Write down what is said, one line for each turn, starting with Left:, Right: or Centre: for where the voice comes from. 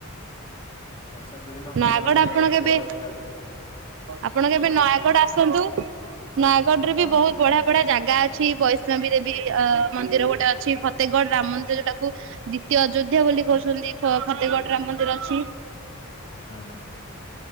Left: ଭୁବନେଶ୍ୱର ବିଭିନ୍ନ କାମରେ
Right: ନୟାଗଡ ଆପଣ କେବେ
Left: ଗଲେ ବୁଲାବୁଲି
Right: ଆପଣ କେବେ ନୟାଗଡ ଆସନ୍ତୁ ନୟାଗଡ଼ ରେ
Left: ହଁ
Right: ବି ବହୁତ ବଢିଆ ବଢିଆ ଜାଗା ଜାଗା ଅଛି ବୈଷ୍ଣବୀ ଦେବୀ ଅ ମନ୍ଦିର ଗୋଟେ ଅଛି ଫତେଗଡ ରାମ ମନ୍ଦିର ଯୋଉଟାକୁ ଦ୍ଵିତୀୟ ଅଯୋଧ୍ୟା ବୋଲି କହୁଛନ୍ତି ଫତେଗଡ ରାମ ମନ୍ଦିର ଅଛି। <inaudible>
Left: ହୁଁ ହୁଁ ହୁଁ।